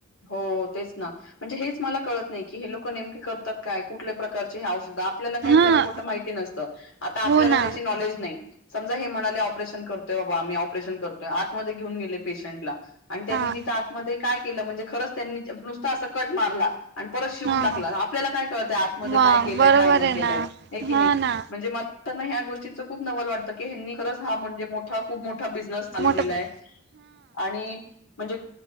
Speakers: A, on the left (about 70°); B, on the right (about 55°).
A: हो तेच ना. म्हणजे हेच मला कळत नाही की हे लोक नेमके करतात काय? कुठल्या प्रकारचे हे औषध आप ल्याला
B: हां
A: खरं खोटं माहिती नसतं आता आपल्याला
B: हो ना
A: त्याची नॉलेज नाही, समजा हे म्हणाले ऑपरेशन करतोय बाबा आम्ही ऑपरेशन करतोय, आतमध्ये घेऊन गेले पेशंटला आणि त्यांनी
B: हां
A: तिथं आतमध्ये काय केलं म्हणजे खरंच त्यांनी नुसता असं कट मारला आणि परत शिवून
B: हां
A: टाकला.
B: हां
A: आपल्याला काय कळतंय आतमध्ये
B: मग
A: काय केलंय
B: बरोबर
A: आणि काय नाही
B: आहे
A: केलंय
B: ना
A: हे की
B: हां
A: नाही
B: ना
A: म्हणजे मला ना ह्या गोष्टीचं खूप नवल वाटतं की यांनी खरंच हा म्हणजे मोठा खूप मोठा बिझनेस चालवलेला
B: मोठं प
A: आहे आणि म्हणजे